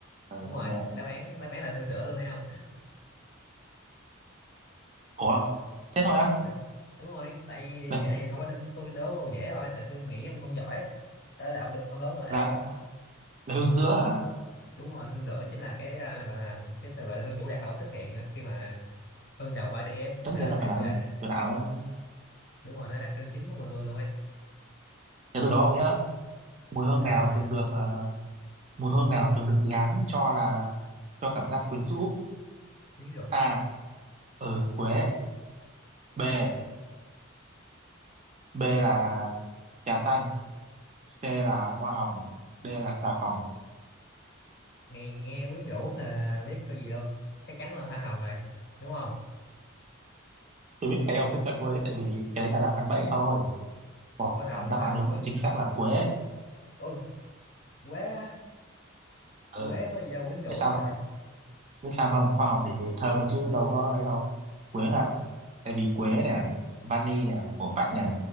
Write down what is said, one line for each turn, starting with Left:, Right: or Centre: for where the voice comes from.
Right: Ừ,
Left: Đúng rồi,
Right: ok.
Left: đáp án đáp án là hương sữa luôn đấy không?
Right: Ủa, thế thôi á?
Left: Đúng. Đúng rồi, tại vì
Right: Là,
Left: cái này không phải lên tôi đố câu dễ thôi, tại tôi nghĩ ông không giỏi. Đây là ông được ông đố tôi lại
Right: là,
Left: đi.
Right: là hương giữa hả?
Left: Đúng rồi, hương sữa chính là cái à, gọi là cái từ gọi là hương chủ đạo xuất hiện à, khi mà hương đầu 3 đi ấy,
Right: Tất
Left: thì
Right: nhiên
Left: tạo nên
Right: nó
Left: đặc
Right: phải là
Left: gọi
Right: hương
Left: là đặc,
Right: chủ đạo. Nó...
Left: đúng rồi, nó là đặc trưng chính của mùi hương luôn ấy.
Right: Để tôi đố ông nhớ. Mùi hương
Left: Ok
Right: nào
Left: ông nè,
Right: thường được, ờ, mùi hương nào thường được gán cho là, cho cảm giác quyến rũ?
Left: miếng rượu
Right: A. Ừ, quế. B.
Left: Quế
Right: B là trà xanh, C là hoa hồng, D là xà phòng.
Left: này nghe quyến rũ là biết câu gì luôn chắc chắn là hoa hồng rồi đúng không
Right: Tôi biết cái ông sẽ chọn cô đấy tại vì cái đấy là đáp án bẫy thôi. Còn
Left: hoa hồng hoa
Right: đáp án
Left: hồng
Right: đúng
Left: tôi
Right: là chính xác là quế.
Left: ôi quế á,
Right: Ừ,
Left: quế có gì đâu quyến rũ
Right: biết sao
Left: trời
Right: không? Biết sao không? Hoa hồng thì thơm mà chứ đâu có ấy đâu. Quế là tại vì quế nè, vani nè, hổ phách nè,